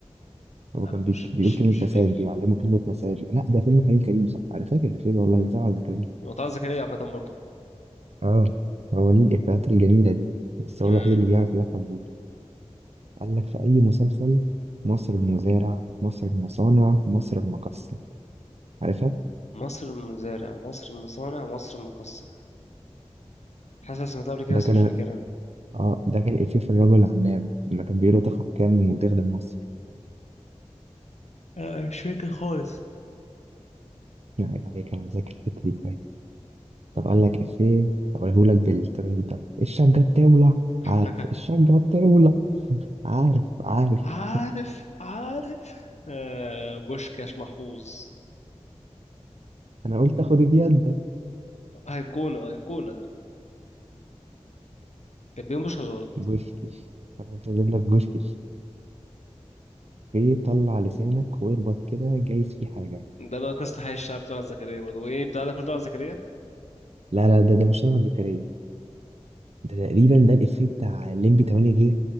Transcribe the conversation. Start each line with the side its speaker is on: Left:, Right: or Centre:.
Right: هو
Left: لا
Right: كان بي...
Left: مش
Right: بيقول
Left: مش
Right: كلمة
Left: مش
Right: مساج
Left: فاكر
Right: بيعلمه كلمة مساج لا ده فيلم حليم كريم صح أنا فاكر الإفيه ده والله ده طلعت زكريا
Left: هو طه زكريا عامة برضه
Right: آه هو ليه الإفيهات الجميلة دي بس
Left: مم.
Right: هو الوحيد اللي بيعرف يضحك بيها قال لك في أي مسلسل مصر المزارع مصر المصانع مصر المقصة عارفها
Left: مصر المزارع مصر المصانع مصر المقصة حاسس إني سمعتها قبل كده
Right: ده
Left: بس
Right: كان
Left: مش فاكرها
Right: آه ده كان إفيه في الرجل العناب لما كان بيقول له تاخد كام وتخدم مصر
Left: آه، مش فاكر خالص
Right: يعني عليك أنا ذاكر الحتة دي كويس طب قال لك إفيه هقولهولك بالطريقة ده الشجة بتولع
Left: <laughs>
Right: عارف الشجة بتولع عارف عارف
Left: عارف عارف آه، بوشكاش محفوظ
Right: أنا قلت آخد بيدك
Left: أيقونة أيقونة ده كان بيهم مش غلط
Right: بوشكش طب أنا كاتب لك بوشكش إيه طلع لسانك واربط كده جايز فيه حاجة
Left: ده بقى قصة حي الشعب طلعت زكريا برضه وإيه بتاع ده كله طلعت زكريا؟
Right: لا لا ده ده مش طلعت زكريا ده تقريبا ده الإفيه بتاع الليمبي 8 جيجا